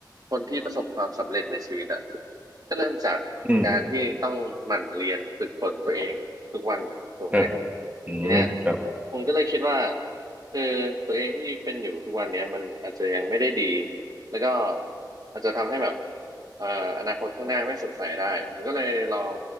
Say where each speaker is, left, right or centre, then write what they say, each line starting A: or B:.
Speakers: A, on the right; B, on the right.
A: คนที่ประสบความสำเร็จในชีวิตอะก็เริ่มจากการที่ต้องหมั่นเรียนฝึกฝนตัวเองทุกวันถูกไหม
B: อืมครับอืมครับ
A: ทีเนี้ยผมก็เลยคิดว่าเออตัวเองที่เป็นอยู่ทุกวันเนี้ยมันอาจจะยังไม่ได้ดี แล้วก็อาจจะทำให้แบบเอ่ออนาคตข้างหน้าไม่สดใสได้ผมก็เลยลอง